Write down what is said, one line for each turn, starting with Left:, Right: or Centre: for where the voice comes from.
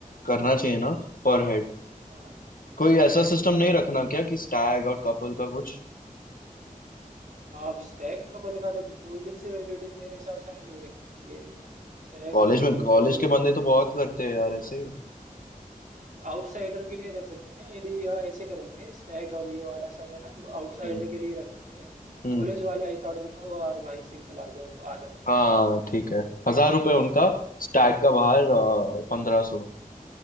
Left: करना चाहिए ना पर हेड
Right: हाँ
Left: कोई
Right: हाँ
Left: ऐसा
Right: पर हेड
Left: सिस्टम
Right: थाउजेंड
Left: नहीं रखना
Right: रुपीज होना
Left: क्या कि स्टैग और कपल का कुछ
Right: चाहिए अब स्टैग कपल का देखो कोहली से रिलेटेड मेरे हिसाब से हमें नहीं रखना चाहिए स्टैग
Left: कॉलेज
Right: और कपल
Left: में कॉलेज
Right: तो
Left: के
Right: वैसे
Left: बंदे
Right: चल
Left: तो बहुत
Right: रहा है
Left: करते हैं यार ऐसे
Right: आउटसाइडर के लिए रख सकते हैं यदि यह ऐसे करेंगे स्टैग और ये वाला सब है ना आउटसाइडर
Left: हम्म
Right: के लिए रख सकते हैं
Left: हम्म
Right: कॉलेज वाले आई कार्ड दिखाओ और भाई सिंपल आ जाओ आ सकते हैं
Left: हाँ ठीक है हजार रुपए उनका स्टैग का बाहर
Right: हम्म,
Left: पंद्रह सौ